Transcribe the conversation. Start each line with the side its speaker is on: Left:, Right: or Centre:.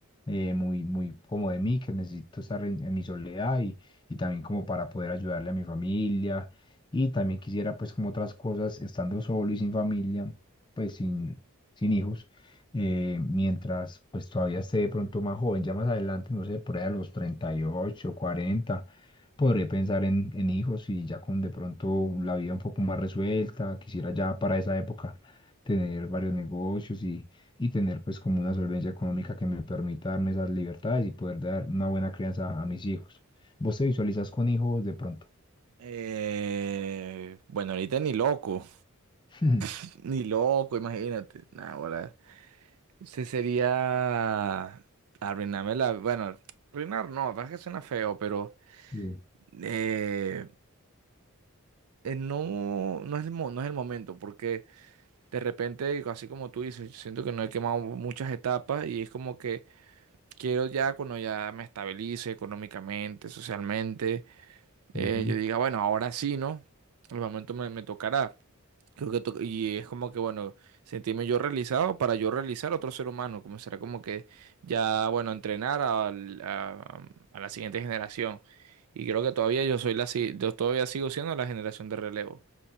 Left: eh, muy, muy como de mí, que necesito estar en, en mi soledad y, y también como para poder ayudarle a mi familia. Y también quisiera, pues como otras cosas, estando solo y sin familia, pues sin, sin hijos, eh, mientras pues todavía esté de pronto más joven, ya más adelante, no sé, por ahí a los 38, cuarenta Podré pensar en, en hijos y ya con de pronto la vida un poco más resuelta. Quisiera ya para esa época tener varios negocios y, y tener pues como una solvencia económica que me permita darme esas libertades y poder dar una buena crianza a mis hijos. ¿Vos te visualizas con hijos de pronto?
Right: Eh, bueno, ahorita ni loco,
Left: <laughs>
Right: <laughs> ni loco, imagínate. Nah, ahora, ese sería arruinarme la, bueno, arruinar no, la verdad es que suena feo, pero
Left: Sí.
Right: eh, eh, no, no es el, mo- no es el momento, porque de repente, así como tú dices, siento que no he quemado muchas etapas y es como que quiero ya cuando ya me estabilice económicamente, socialmente, eh,
Left: Ujú.
Right: yo diga, bueno, ahora sí, ¿no? El momento me me tocará. Creo que to- y es como que, bueno, sentirme yo realizado para yo realizar a otro ser humano, como será como que ya, bueno, entrenar al- a, a la siguiente generación. Y creo que todavía yo soy la, si- yo todavía sigo siendo la generación de relevo.